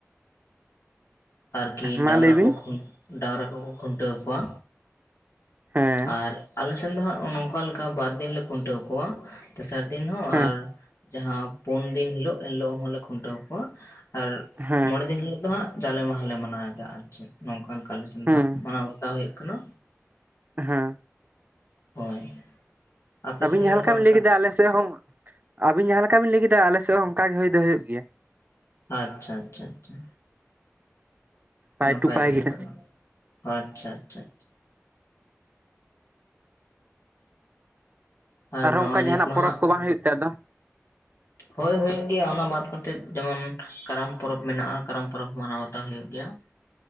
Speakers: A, on the left; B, on the right.
A: ᱟᱨᱠᱤ
B: ᱢᱟ
A: ᱰᱟᱝᱨᱟ
B: ᱞᱟᱹᱭ ᱵᱤᱱ
A: ᱠᱚ ᱠᱷᱩᱱ, ᱰᱟᱝᱨᱟ ᱠᱚᱠᱚ ᱠᱷᱩᱱᱴᱟᱹᱣ ᱠᱚᱣᱟ
B: ᱦᱮᱸ
A: ᱟᱨ ᱟᱞᱮ ᱥᱮᱱ ᱫᱚ ᱦᱟᱸᱜ ᱚᱱᱚ ᱱᱚᱝᱠᱟ ᱞᱮᱠᱟ ᱵᱟᱨ ᱫᱤᱱ ᱞᱮ ᱠᱷᱩᱱᱴᱟᱹᱣ ᱠᱚᱣᱟ ᱛᱮᱥᱟᱨ ᱫᱤᱱ ᱦᱚᱸ
B: ᱦᱮᱸ
A: ᱟᱨ ᱡᱟᱦᱟᱸ ᱯᱩᱱ ᱫᱤᱱ ᱦᱤᱞᱳᱜ ᱮᱱ ᱦᱤᱞᱳᱜ ᱦᱚᱸᱞᱮ ᱠᱷᱩᱱᱴᱟᱹᱣ ᱠᱚᱣᱟ ᱟᱨ
B: ᱦᱮᱸ
A: ᱢᱚᱬᱮ ᱫᱤᱱ ᱦᱤᱞᱳᱜ ᱫᱚ ᱦᱟᱸᱜ ᱡᱟᱞᱮ ᱢᱟᱦᱟᱸ ᱞᱮ ᱢᱟᱱᱟᱣ ᱮᱫᱟ ᱟᱨ ᱪᱮᱫ ᱱᱚᱝᱠᱟᱱ ᱠᱟᱱ ᱟᱞᱮ ᱥᱮᱱ
B: ᱦᱩᱸ
A: ᱫᱚ ᱦᱟᱸᱜ ᱢᱟᱱᱟᱣ ᱵᱟ- -ᱛᱟᱣ ᱦᱩᱭᱩᱜ ᱠᱟᱱᱟ
B: ᱦᱮᱸ ᱾
A: ᱦᱳᱭ ᱟᱯᱮ
B: ᱟᱵᱤᱱ
A: ᱥᱮᱱ
B: ᱡᱟᱦᱟᱸ
A: ᱜᱮ
B: ᱞᱮᱠᱟ
A: ᱚᱠᱟ
B: ᱵᱤᱱ ᱞᱟᱹᱭ ᱠᱮᱫᱟ ᱟᱞᱮ ᱥᱮᱜ ᱦᱚ, ᱸ ᱟᱵᱤᱱ ᱡᱟᱦᱟᱸ ᱞᱮᱠᱟ ᱵᱤᱱ ᱞᱟᱹᱭ ᱠᱮᱫᱟ ᱟᱞᱮᱥᱮᱱ ᱦᱚᱸ ᱚᱝᱠᱟ ᱜᱮ ᱦᱩᱭ ᱫᱚ ᱦᱩᱭᱩᱜ ᱜᱮᱭᱟ
A: ᱟᱪᱪᱷᱟ ᱟᱪᱪᱷᱟ ᱟᱪᱪᱷᱟ
B: ᱯᱟᱭ
A: ᱱᱟᱯᱟᱭ
B: ᱴᱩ ᱯᱟᱭ
A: ᱠᱟᱛᱷᱟ
B: ᱜᱮ
A: ᱠᱟᱱᱟ᱾ ᱟᱪᱪᱷᱟ ᱟᱪᱪᱷᱟ ᱟᱪᱪᱷᱟ ᱟᱨ
B: ᱟᱨᱦᱚᱸ
A: ᱱᱚᱜᱼᱚᱭ
B: ᱚᱱᱠᱟ
A: ᱱᱤᱛ
B: ᱡᱟᱦᱟᱸ ᱱᱟᱜ
A: ᱢᱟ
B: ᱯᱚᱨᱚᱵᱽ
A: ᱦᱟᱸᱜ
B: ᱠᱚ ᱵᱟᱝ ᱦᱩᱭᱩᱜ ᱛᱮ ᱟᱫᱚ
A: ᱦᱳᱭ ᱦᱩᱭ ᱮᱱ ᱜᱮᱭᱟ ᱚᱱᱟ ᱵᱟᱫ ᱠᱟᱛᱮᱫ ᱡᱮᱢᱚᱱ ᱠᱟᱨᱟᱢ ᱯᱚᱨᱚᱵᱽ ᱢᱮᱱᱟᱜᱼᱟ ᱠᱟᱨᱟᱢ ᱯᱚᱨᱚᱵᱽ ᱢᱟᱱᱟᱣ ᱴᱚ ᱦᱩᱭᱩᱜ ᱜᱮᱭᱟ